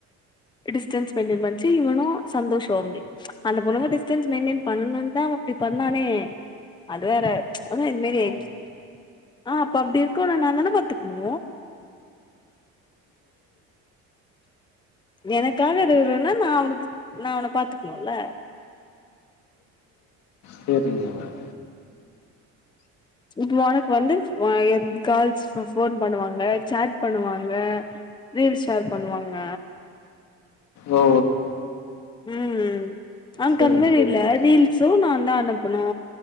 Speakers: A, on the left; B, on the left.
A: டிஸ்டன்ஸ் மெய்ன்டெய்ன் வன்ச்சி இவனு சந்தோஷோ அப்டின் அந்த பொண்ணுங்க டிஸ்டன்ஸ் மெய்ன்டெய்ன் பண்ணணுன்தா அவ அப்டி பண்ணானே அது வேற அதா இதுமாரி
B: ம்
A: ஆய்ச் ஆ அப்ப அப்டி இருக்குனா நாதான பாத்துக்ணு எனக்காக இருருன்னா நா அவனுக்கு நா அவன பாத்துக்கணுல்ல
B: செரிங்க வேற
A: இது உனக் வந்து வாஎத் கால்ஸ் ஃப ஃபோன் பண்ணுவாங்க சாட் பண்ணுவாங்க ரீல் ஷேர் பண்ணுவாங்க
B: ஓ
A: உம் ஆ
B: சேரிங்க
A: கன்வே
B: சேரிங்க
A: இல்ல ரீல்ஸும் நா தா அனுப்பனு